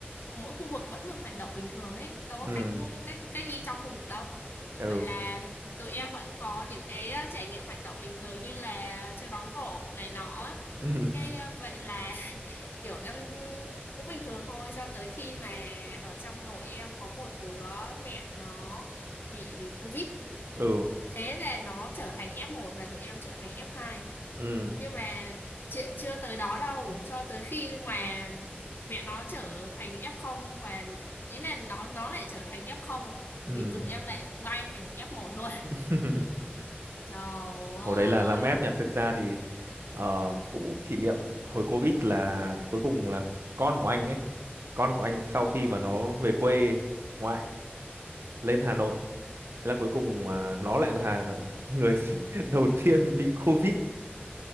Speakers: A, on the left; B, on the right.
A: mỗi khu vực vẫn được hoạt động bình thường ấy đâu có
B: ừ
A: cách cách cách ly trong khu vực đâu
B: ừ
A: vậy là tụi em vẫn có những cái uh, trải nghiệm hoạt động bình thường như là chơi bóng rổ này nọ á.
B: ừ
A: cái uh, vậy là <laughs> kiểu em cũng bình thường thôi cho tới khi mà ở trong đội em có một đứa mẹ nó bị covid
B: ừ
A: thế là nó trở thành F1 và tụi em trở thành F2
B: ừ
A: nhưng mà chuyện chưa tới đó đâu cho tới khi mà mẹ nó trở thành F0 và ý là nó nó lại trở thành F0
B: ừ.
A: thì tụi em lại bay thành F1 luôn
B: <laughs>
A: <laughs> trời
B: Hồi
A: ơi
B: đấy là làm ép
A: lúc
B: nhỉ, thực ra thì ờ, cũng kỷ niệm hồi Covid là cuối cùng là con của anh ấy con của anh sau khi mà nó về quê ngoại lên
A: Ừ.
B: Hà Nội thế là cuối cùng à, nó lại là người <laughs> đầu tiên bị Covid